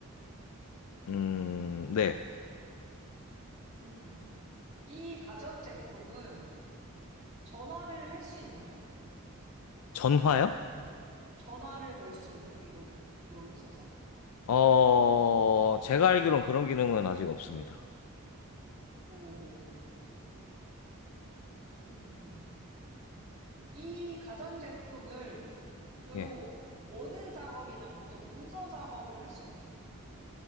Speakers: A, on the left; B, on the right.
A: 음, 네.
B: 음. 이 가전제품은 전화를 할 수 있나요?
A: 전화요?
B: 전화를 걸 수 있나요? 이걸, 이걸로 써서?
A: 어, 제가 알기론 그런 기능은 아직 없습니다.
B: 오. 음. 이 가전제품을 으로
A: 예.
B: 워드 작업이나 뭐 어떤 문서 작업을 할 수 있나요?